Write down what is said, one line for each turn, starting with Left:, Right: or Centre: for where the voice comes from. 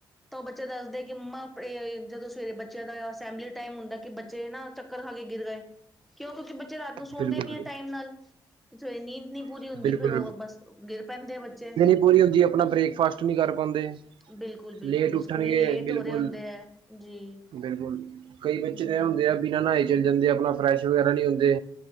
Centre: ਤਾਂ ਉਹ ਬੱਚੇ ਦੱਸਦੇ ਕਿ ਮੰਮਾ, ਆਪਣੇ ਜਦੋਂ ਸਵੇਰੇ ਬੱਚਿਆਂ ਦਾ ਅਸੈਂਬਲੀ ਟਾਈਮ ਹੁੰਦਾ ਕਿ, ਬੱਚੇ ਨਾ ਚੱਕਰ ਖਾ ਕੇ ਗਿਰ ਗਏ, ਕਿਉਂ- ਕਿਉਂਕਿ ਬੱਚੇ ਰਾਤ ਨੂੰ ਸੌਂਦੇ
Right: ਬਿਲਕੁਲ
Centre: ਨਈ ਟਾਈਮ ਨਾਲ, ਤੇ ਸਵੇਰੇ ਨੀਂਦ ਨੀਂਦ ਨਈ ਪੂਰੀ
Right: ਬਿਲਕੁਲ
Centre: ਹੁੰਦੀ ਉਹ ਬਸ ਗਿਰ ਪੈਂਦੇ ਆ ਬੱਚੇ
Right: ਓਹੀ ਹੁੰਦੀ, ਆਪਣਾ ਬ੍ਰੇਕਫਾਸਟ ਨਹੀਂ ਕਰ ਪਾਉਂਦੇ
Centre: ਬਿਲਕੁਲ ਬਿਲਕੁਲ
Right: ਲੇਟ ਉੱਠਣਗੇ,
Centre: ਉਹ ਸਕੂਲ ਹੀ ਲੇਟ
Right: ਬਿਲਕੁਲ
Centre: ਹੋ ਰਹੇ ਹੁੰਦੇ ਹੈ ਜੀ
Right: -ਬਿਲਕੁਲ 'ਕਈ ਬੱਚੇ
Centre: ਹਮ
Right: ਤਾਂ ਇਹ ਹੁੰਦੇ ਆ ਬਿਨਾਂ ਨਹਾਏ ਚਲੇ ਜਾਂਦੇ, ਆਪਣਾ ਫਰੈਸ਼ ਵਗੈਰਾ ਨਹੀਂ ਹੁੰਦੇ